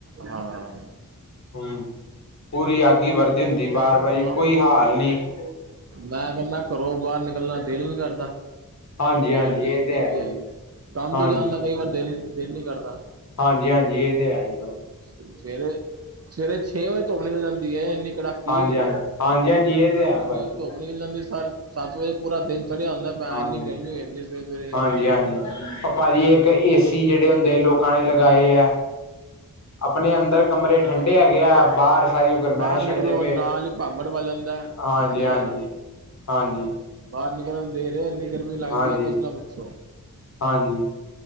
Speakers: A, on the right; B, on the left.
A: ਹਾਂ
B: ਹਮ ਪੂਰੀ ਆਗੀ ਵਰਦੀ ਹੁੰਦੀ ਬਾਰ
A: ਹਾਂ,
B: ਵਾਰੀ ਕੋਈ ਹਾਲ ਨਹੀਂੀ
A: ਮੈਂ ਕਹਿੰਦਾ ਘਰੋਂ ਬਾਹਰ ਨਿਕਲਣਾ ਦਿਲ ਨੀ ਕਰਦਾ
B: ਹਾਂਜੀ
A: ਇੰਨੀ
B: ਹਾਂਜੀ
A: ਗਰਮੀ
B: ਇਹ
A: ਪੈਂਦੀ
B: ਤੇ ਹੈ ਜੀ
A: ਕੰਮ
B: ਹਾਂਜੀ
A: ਤੇ ਜਾਣ ਦਾ ਕਈ ਵਾਰ ਦਿਲ ਦਿਲ ਨੀ ਕਰਦਾ
B: ਹਾਂਜੀ ਹਾਂਜੀ ਇਹ ਤੇ ਹੈ ਹੀ ਭਾਜੀ
A: ਸਵੇਰੇ ਸਵੇਰੇ ਛੇ ਵਜੇ ਧੁੱਪ ਨਿਕਲ ਜਾਂਦੀ ਹੈ ਇੰਨੀ ਕੜਾਕੀ
B: ਹਾਂਜੀ ਹਾਂਜੀ ਹਾਂਜੀ ਹਾਂਜੀ ਇਹ ਤੇ ਹੈ
A: ਇੰਨੀ
B: ਭਾਜੀ
A: ਧੁੱਪ ਨਿਕਲ ਜਾਂਦੀ ਸਰ ਸੱਤ ਵਜੇ ਪੂਰਾ ਦਿਨ ਚੜਿਆ ਹੁੰਦਾ ਪਿਆ
B: ਹਾਂਜੀ
A: ਇੰਨੀ ਗਰਮੀ ਹੋ ਜਾਂਦੀ ਵ ਸਵੇਰੇ
B: ਹਾਂਜੀ ਹਾਂਜੀ ਭਾਜੀ ਇੱਕ ਏਸੀ ਜਿਹੜੇ ਹੁੰਦੇ ਲੋਕਾਂ ਨੇ ਲਗਾਏ ਹੈ ਆਪਣੇ
A: ਹਾਂ
B: ਅੰਦਰ ਕਮਰੇ ਠੰਡੇ ਹੈਗੇ ਆ ਬਾਹਰ ਸਾਰੀ ਉ ਗਰਮਹਿ
A: ਬਾਹਰ ਨਿਕਲੋ
B: ਛੱਡਦੇ ਪਏ
A: ਨਾਲ ਹੀ ਭਾਂਬੜ ਵੱਜ ਜਾਂਦਾ
B: ਹਾਂਜੀ
A: ਬੰਦੇ
B: ਹਾਂਜੀ
A: ਦਾ
B: ਹਾਂਜੀ
A: ਬਾਹਰ ਨਿਕਲਣ ਨੂੰ ਦੇਰ ਹੈ ਇੰਨੀ ਗਰਮੀ ਲੱਗਦੀ
B: ਹਾਂਜੀ
A: ਹੈ ਕੁਛ ਨਾ ਪੁੱਛੋ
B: ਹਾਂਜੀ